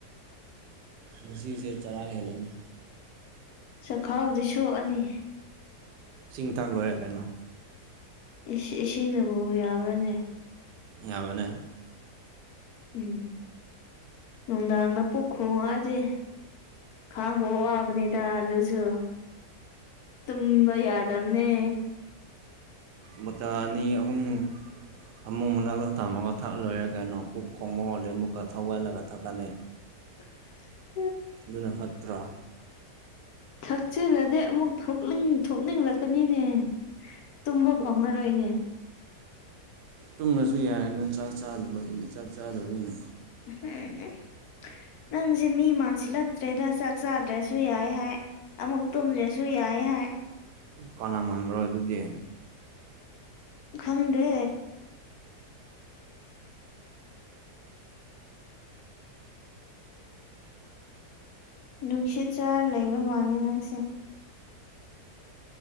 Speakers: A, on the right; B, on the left.
A: ꯉꯁꯤꯁꯦ ꯆꯔꯥ ꯍꯦꯜꯂꯅꯤ
B: ꯆꯈꯥꯎꯗꯤ ꯁꯣꯛꯑꯅꯤ
A: ꯆꯤꯡ ꯇꯥꯡ ꯂꯣꯏꯔꯦ ꯀꯩꯅꯣ
B: ꯏꯁ ꯏꯁꯤꯡꯅꯕꯨ ꯌꯥꯕ꯭ꯔꯅꯦ
A: ꯌꯥꯕꯅꯦ
B: ꯎꯝ ꯅꯨꯡꯗꯥꯡꯗ ꯄꯨꯛ ꯈꯣꯡꯉꯛꯑꯗꯤ ꯈꯥꯡꯕ ꯋꯥꯕꯅꯤꯗ ꯑꯗꯨꯁꯨ ꯇꯨꯝꯕ ꯌꯥꯗꯕꯅꯦ
A: ꯕꯣꯇꯥ ꯑꯅꯤ ꯑꯍꯨꯝ ꯐꯃꯨꯛ ꯃꯅꯥꯛꯇ ꯊꯝꯃꯒ ꯊꯛꯂꯣꯏꯔꯦ ꯀꯩꯅꯣ ꯄꯨꯛ ꯈꯣꯡꯕ ꯍꯩꯔꯗꯤ ꯑꯃꯨꯛꯀ ꯊꯒꯠꯂꯒ ꯊꯛꯀꯅꯤ
B: <inaudible>
A: ꯑꯗꯨꯅ ꯐꯠꯇ꯭ꯔꯥ
B: ꯊꯛꯆꯤꯜꯂꯗꯤ ꯑꯃꯨꯛ ꯊꯣꯛꯅꯤꯡ ꯊꯣꯛꯅꯤꯡꯂꯛꯀꯅꯤꯅꯦ ꯇꯨꯝꯕ ꯐꯪꯉꯔꯣꯏꯅꯦ
A: ꯇꯨꯝꯗꯔꯁꯨ ꯌꯥꯏ ꯑꯗꯨꯅ ꯆꯥꯛ ꯆꯥꯗꯕꯒꯤ ꯆꯥꯛ ꯆꯥꯗꯕꯅꯤꯅ
B: <unintelligible> ꯅꯪꯁꯦ ꯃꯤ ꯃꯥꯟꯁꯤꯜꯂꯛꯇ꯭ꯔꯦꯗ ꯆꯥꯛ ꯆꯥꯗ꯭ꯔꯁꯨ ꯌꯥꯏ ꯍꯥꯏ ꯑꯃꯨꯛ ꯇꯨꯝꯗ꯭ꯔꯁꯨ ꯌꯥꯏ ꯍꯥꯏ
A: ꯀꯅꯥꯃꯕ꯭ꯔꯣ ꯑꯗꯨꯗꯤ
B: ꯈꯪꯗꯦ ꯅꯨꯡꯁꯤꯠ ꯆꯥꯔ ꯂꯩꯕ ꯃꯥꯜꯂꯦ ꯅꯪꯁꯦ